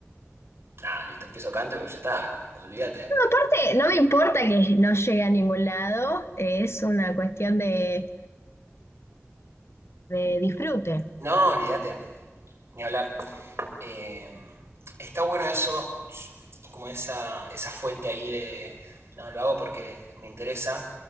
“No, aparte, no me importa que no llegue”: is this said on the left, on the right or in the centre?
Left